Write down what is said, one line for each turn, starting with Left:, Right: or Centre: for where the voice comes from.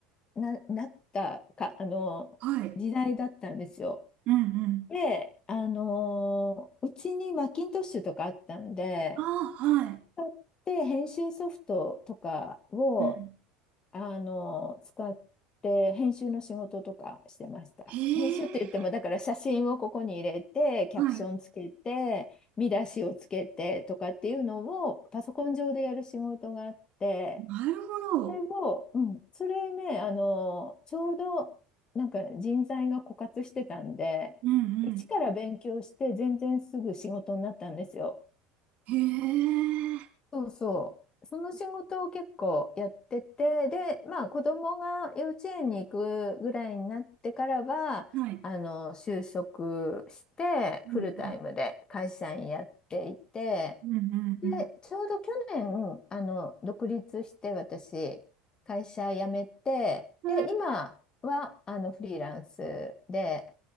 Left: な、なったか、あの、
Right: はい。
Left: 時代だったんですよ。
Right: うんうん。
Left: で、あのーうちにマッキントッシュとかあったんで、
Right: ああ、はい。
Left: 使って編集ソフトとかを、
Right: うん。
Left: あのー使って編集の仕事とかしてました。
Right: へえ、
Left: 編集って言っても、だから写真をここに入れて、キャプションつけて、
Right: はい。
Left: 見出しをつけてとかっていうのをパソコン上でやる仕事があって、
Right: なるほど。
Left: それを、うん、それね、あの、ちょうどなんか人材が枯渇してたんで、
Right: うんうん。
Left: 一から勉強して全然すぐ仕事になったんですよ。
Right: へえ、
Left: そうそう。その仕事を結構やってて、で、まあ子供が幼稚園に行くぐらいになってからは、
Right: はい。
Left: あの、就職してフルタイムで会社員やっていて、
Right: うん、あうんうん
Left: で、ちょうど去年、あの、独立して私、会社辞めて、
Right: うん。
Left: で、
Right: はい。
Left: 今は、あの、フリーランスで、